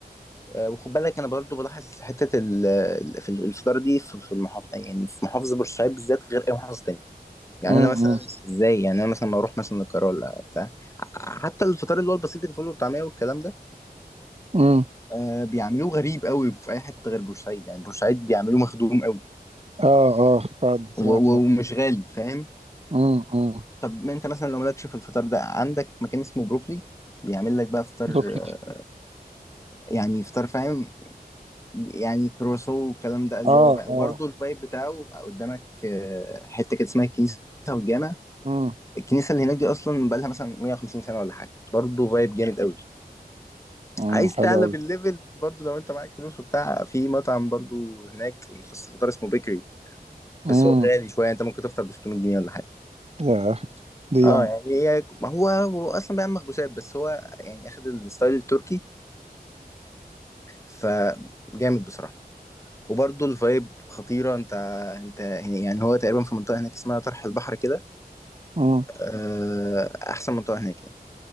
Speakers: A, on the left; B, on the right.
A: آه، وخد بالك انا برضو بلاحظ حته ال- ال- في الفطار دي في في المحافظه يعني في محافظه بورسعيد بالذات غير اي محافظه تانية يعني
B: امم
A: انا مثلا ازاي يعني انا مثلا بروح مثلا القاهره ولا بتاع ع- حتى الفطار اللي هو البسيط الفول والطعميه والكلام ده
B: امم
A: آه بيعملوه غريب قوي في اي حته غير بورسعيد يعني بورسعيد بيعملوه مخدوم قوي
B: اه اه فعلا سمعت
A: و- و- ومش غالي فاهم
B: امم امم
A: طب ما انت مثلا لو مالكش في الفطار ده عندك مكان اسمه بروكلي بيعمل لك بقى فطار
B: دوكلي
A: آه، يعني فطار فاهم يعني كروسو والكلام ده اللي
B: اه
A: هو بقى
B: اه
A: وبرضه الفايب بتاعه قدامك آه، حته كده اسمها الكنيسه والجامع
B: امم
A: الكنيسه اللي هناك دي اصلا بقى لها مثلا 150 سنه ولا حاجه برضه فايب جامد قوي
B: امم
A: عايز تعلى
B: حلو قوي
A: بالليفل برضو لو انت معاك فلوس وبتاع في مطعم برضو هناك متخصص في فطار اسمه بيكري
B: امم
A: بس هو غالي شويه انت ممكن تفطر ب 600 جنيه ولا حاجه
B: يا دي
A: اه
B: يعني
A: يعني هي ما هو هو اصلا بيعمل مخبوزات بس هو يعني اخد الستايل التركي فجامد بصراحه وبرضو الفايب خطيره انت انت يعني هو تقريبا في منطقه هناك اسمها طرح البحر كده
B: امم
A: آه، احسن منطقه هناك يعني.